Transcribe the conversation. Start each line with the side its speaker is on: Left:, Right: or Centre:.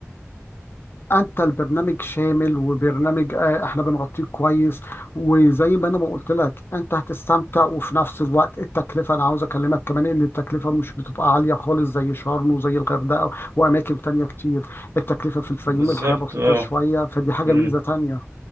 Left: انت البرنامج شامل وبرنامج آه، احنا بنغطيه كويس وزي ما انا ما قلت لك انت هتستمتع وفي نفس الوقت التكلفه انا عاوز اكلمك كمان ان التكلفه مش بتبقى عاليه خالص زي شرم وزي الغردقه واماكن تانية كتير التكلفه في الفيوم
Right: بالظبط
Left: الحياه بسيطه
Right: اه
Left: شويه فدي حاجه
Right: مم.
Left: ميزه تانية